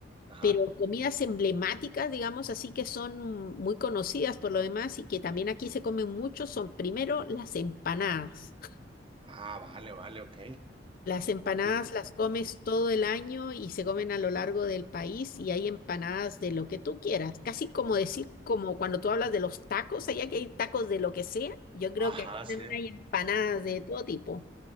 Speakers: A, on the right; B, on the left.
A: Ajá.
B: Pero comidas emblemáticas, digamos así, que son muy conocidas por lo demás y que también aquí se comen mucho, son primero las empanadas.
A: Ah, vale, vale, ok.
B: Las empanadas
A: Sí.
B: las comes todo el año y se comen a lo largo del país y hay empanadas de lo que tú quieras. Casi como decir, como cuando tú hablas de los tacos, allá que hay tacos de lo que sea, yo creo
A: Ajá,
B: que aquí también
A: sí.
B: hay empanadas de todo tipo.